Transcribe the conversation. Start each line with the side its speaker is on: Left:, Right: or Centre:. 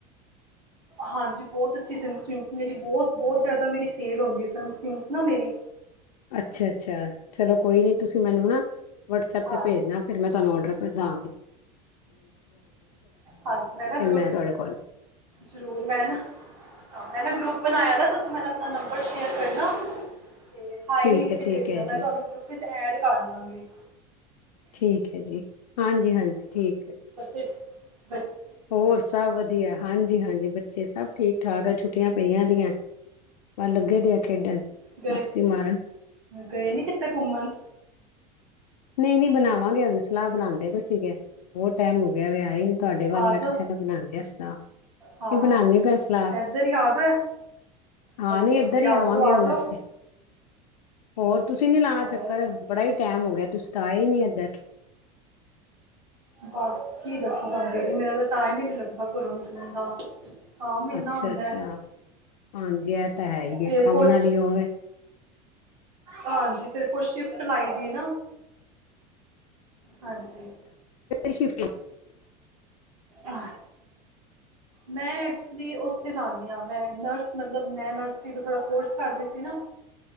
Right: ਹਾਂਜੀ ਬਹੁਤ ਅੱਛੀ ਸਨਸ੍ਰੀਨ ਮੇਰੀ ਬਹੁਤ ਬਹੁਤ ਜ਼ਿਆਦਾ ਮੇਰੀ ਸੇਲ ਹੁੰਦੀਨਸ੍ਰਨ ਨਾ ਮੇਰੀ
Left: ਅੱਛਾ ਅੱਛਾ ਚਲੋ ਕੋਈ ਨੀ ਤੁਸੀਂ ਮੈਨੂੰ ਨਾ ਵਟਸਐਪ
Right: ਹਾਂ
Left: 'ਤੇ ਭੇਜਨਾ ਫਿਰ ਮੈਂ ਤੁਹਾਨੂੰ ਔਡਰ ਦਵਾਂਗੀ
Right: ਹਾਂਜੀ ਮੈਂ ਨਾ
Left: ਫਿਰ
Right: ਗਰੁੱਪ
Left: ਤੁਹਾਡੇ ਕੋਲ
Right: ਜ਼ਰੂਰ ਮੈਂ ਨਾ ਮੈਂ ਨਾ ਗਰੁੱਪ ਬਣਾਇਆ ਨਾ ਤੁਸੀ ਅਤੇ ਮੈਨ ਆਪਣਾ ਨੰਬਰ ਸ਼ੇਅਰ ਕਰਨਾ ਤੇ ਹਾਏ
Left: ਠੀਕ
Right: ਲਿਖ
Left: ਹੈ
Right: ਕੇ
Left: ਠੀਕ
Right: ਭੇਜਣਾ
Left: ਹੈ
Right: ਮੈਂ
Left: ਜੀ
Right: ਤੁਹਾਨੂੰ ਗਰੁੱਪ ਵਿੱਚ ਐਡ ਕਰ ਲੱਗੀ
Left: ਠੀਕ ਹੈ ਜੀ ਹਾਂਜੀ ਹਾਂਜੀ ਠੀਕ ਹੈੀ
Right: ਇੱਕ
Left: ਹੋਰ ਸਭ ਵਧੀਆ ਹਾਂਜੀ ਜ ਹਾਂਜੀ ਬੱਚੇ ਸਭ ਠੀਕ ਠਾਕ ਇਹ ਛੁੱਟੀ ਛੁਟੀਆਂ ਪਈਆਂ ਦੀਆਂ ਪਰ ਲੱਗੇ ਦੇ ਆ ਖੇਡਣ
Right: ਗਏ
Left: ਮਸਤੀ ਮਾਰਨ
Right: ਗਏ ਨੀ ਕਿਤੇ ਘੁੰਮਣ
Left: ਨਹੀਂ ਨਹੀਂ ਬਣਾਵਾਂਗੇ ਉਹਨੂੰ ਸਲਾਹ ਬਣਾਉਂਦੇ ਵੀ ਸੀਗੇ ਬਹੁਤ ਟਾਈਮ ਹੋਗ ਗਿਆ ਵ ਆਏ ਨੀ ਤੁਹਾਡੇ ਵੱਲ
Right: ਆ
Left: ਮੈਂ
Right: ਜਾਓ
Left: ਕਿਹਾ ਚਲੋ ਬਣਾਦੇ ਹ ਸਲਾਹ ਕੀ
Right: ਹਾਂ
Left: ਬਣਾਦੀ ਪਿਆ ਸਲਾਹ
Right: ਇੱਧਰ ਹੀ ਆ ਜਾਓ
Left: ਹਾਂ
Right: ਵਧੀਆ
Left: ਨੀ ਇੱਧਰ
Right: ਵਧੀਆ
Left: ਹੀ ਆਵਾਂਗੇ
Right: ਆ ਜਾਓ ਆ
Left: ਹੁਣ
Right: ਜਾਓ
Left: ਅਸੀਂ ਹੋਰ ਤੁਸੀਂ ਨੀ ਲਾਣਾ
Right: ਔਰ
Left: ਚੱਕਰ ਬੜਾ ਹੀ ਟਾਈਮ ਹੋ ਗਿਆ ਤੁਸੀ ਤਾਂ ਆਏ ਨੀ ਇੱਧਰ
Right: ਬਸ ਕੀ ਦੱਸਣ ਬਦੀਦੀ ਮੇਰਾ ਤਾਂ ਟਾਈਮ ਹੀ ਨੀ ਲੱਗਦਾ ਘਰੋਂ ਨਿਕਲਣ ਦਾ ਕੰਮ ਇੰਨਾ
Left: ਅੱਛਾ
Right: ਹੁੰਦਾ
Left: ਅੱਛਾ
Right: ਹੈ
Left: ਹਾਂਜੀ ਇਹ ਤਾਂ ਹੈ ਹੀ ਹੈ
Right: ਫਿਰ
Left: ਕੰਮ
Right: ਕੁਛ
Left: ਨਾਲ ਹੀ ਹੋਵੇ
Right: ਹਾਂਜੀ ਫੇਿਰ ਕੋਲ ਸ਼ਿਫਟ ਲਾਈ ਦੀ ਨਾ ਹਾਂਜੀ।
Left: ਸ਼ਿਫ
Right: ਆਹ। ਮੈਂ ਐਕਚੁਲੀ ਉੱਥੇ ਜਾਂਦੀ ਹਾਂ ਮੈਂ ਨਰਸ ਮਤਲਬ ਮੈਂ ਨਰਸਰੀ ਤੋਂ ਥੋੜਾ ਕੋਰਸ ਕਰਦੀ ਸੀ ਨਾ